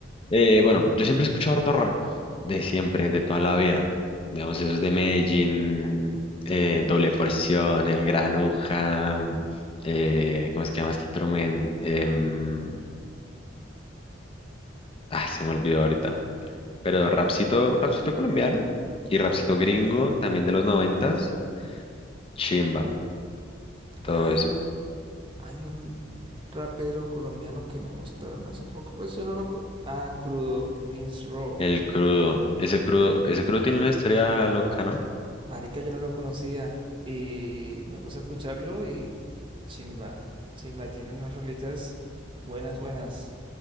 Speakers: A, on the left; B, on the right.
A: eh, bueno, yo siempre he escuchado harto rap, de siempre, de toda la vida. Digamos, esos de Medellín, eh, Doble Porción, El Granuja, mm, eh, ¿cómo es que llama este otro men? Em, ah, se me olvidó ahorita. Pero rapcito, rapcito colombiano y rapcito gringo, también de los noventas, chimba, todo
B: Hay
A: eso.
B: un, hay un rapero colombiano que me mostraron hace poco, pues yo no lo... co- Ah, Crudo Means Raw.
A: El crudo, ese crudo, ese crudo tiene una historia loca, ¿no?
B: Marica, yo no lo conocía y me puse a escucharlo y chimba, chimba, tiene unas rolitas buenas, buenas.